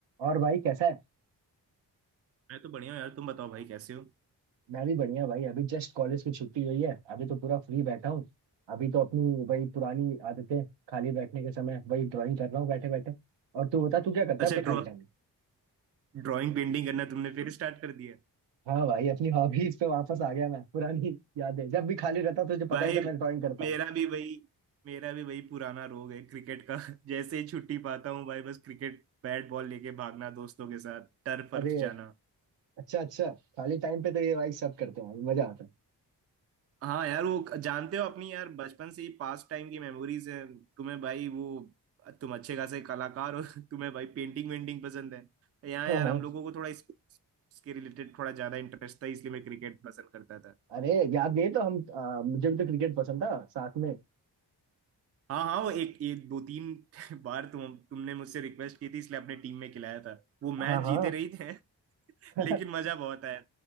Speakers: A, on the right; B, on the right.
A: और भाई कैसा है
B: मैं तो बढ़िया हूँ यार तुम बताओ भाई कैसे हो
A: मैं भी बढ़िया भाई अभी जस्ट कॉलेज की छुट्टी हुई है अभी तो पूरा फ्री बैठा हूँ अभी तो अपनी वही पुरानी आदतें खाली बैठने के समय वही ड्राइंग कर रहा हूँ बैठे बैठे और तू बता तू क्या करता
B: अच्छा
A: है अपने खाली
B: ड्रॉ
A: टाइम में
B: ड्राइंग पेंटिंग करना तुमने फिर स्टार्ट कर दिया
A: हाँ भाई अपनी हॉबीज पे वापस आ गया मैं पुरानी यादें जब भी खाली रहता तुझे पता
B: भाई
A: ही था मैं ड्राइंग करता
B: मेरा
A: हूँ
B: भी वही मेरा भी वही पुराना रोग है क्रिकेट का <laughs> जैसे ही छुट्टी पाता हूँ भाई बस क्रिकेट बैट बॉल लेके भागना दोस्तों के साथ टर्फ वर्फ
A: अरे
B: जाना
A: अच्छा अच्छा खाली टाइम पे तो ये भाई सब करते हैं मजा आता है
B: हाँ यार वो जानते हो अपनी यार बचपन से ही पास्ट टाइम की मेमोरीज है तुम्हें भाई वो तुम अच्छे खासे कलाकार हो <laughs> तुम्हें भाई पेंटिंग वेंटिंग पसंद है यहाँ
A: हाँ
B: यार
A: हाँ
B: हम लोगों को थोड़ा इस, इसके रिलेटेड थोड़ा ज्यादा इंटरेस्ट था इसलिए मैं क्रिकेट पसंद करता था
A: अरे याद नहीं है तो हम आ, मुझे भी तो क्रिकेट पसंद था साथ में
B: हाँ हाँ वो एक एक दो तीन <laughs> बार तुम तुमने मुझसे रिक्वेस्ट की थी इसलिए अपने टीम में खिलाया था वो मैच
A: हाँ
B: जीते रही थे <laughs>
A: हाँ
B: लेकिन
A: <laughs>
B: मजा बहुत आया